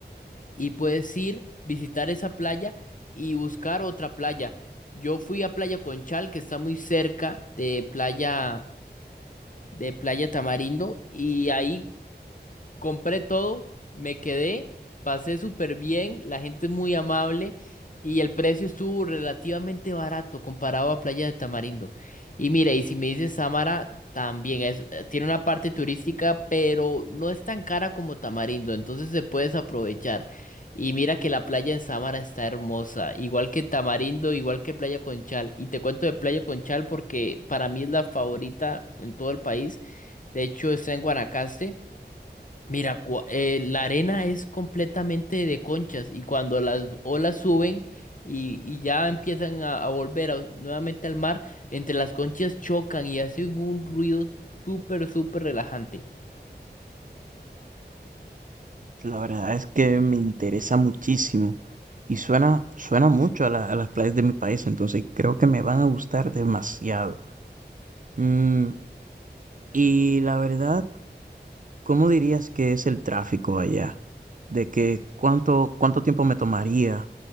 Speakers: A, on the left; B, on the right.
A: y puedes ir, visitar esa playa y buscar otra playa. Yo fui a Playa Conchal, que está muy cerca de Playa, de Playa Tamarindo, y ahí compré todo, me quedé, pasé súper bien, la gente es muy amable y el precio estuvo relativamente barato comparado a Playa de Tamarindo. Y mira, y si me dices Samara, también es, eh, tiene una parte turística, pero no es tan cara como Tamarindo, entonces se puedes aprovechar. Y mira que la playa en Samara está hermosa, igual que Tamarindo, igual que Playa Conchal. Y te cuento de Playa Conchal porque para mí es la favorita en todo el país. De hecho, está en Guanacaste. Mira, cua- eh, la arena es completamente de conchas y cuando las olas suben y, y ya empiezan a, a volver a- nuevamente al mar, entre las conchas chocan y hacen un ruido súper, súper relajante.
B: La verdad es que me interesa muchísimo y suena, suena mucho a, la- a las playas de mi país, entonces creo que me van a gustar demasiado. Mm, y la verdad, ¿cómo dirías que es el tráfico allá? ¿De que cuánto, cuánto tiempo me tomaría